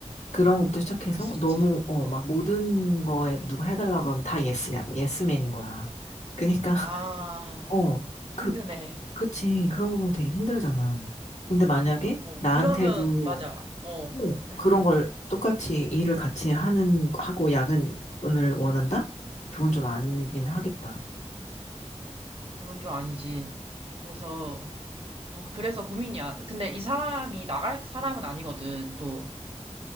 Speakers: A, on the left; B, on the right.
A: 그런 것부터 시작해서
B: 그럴 수 있지.
A: 너무 어,
B: 어.
A: 막 모든 거에 누가 해달라고 하면 다 예스야. 예스맨인 거야. 그러니까 <laughs>
B: 아,
A: 어, 그,
B: 힘드네.
A: 그치. 그런 거 보면 되게 힘들잖아. 근데 만약에
B: 어,
A: 나한테도
B: 그러면, 맞아. 어,
A: 뭐
B: 응,
A: 그런
B: 응,
A: 걸 똑같이 일을 같이 하는 하고 야근을 원한다? 그건 좀 아니긴
B: 응,
A: 하겠다.
B: 그건 좀 아니지. 그래서, 어, 그래서 고민이야. 근데 이 사람이 나갈 사람은 아니거든, 또.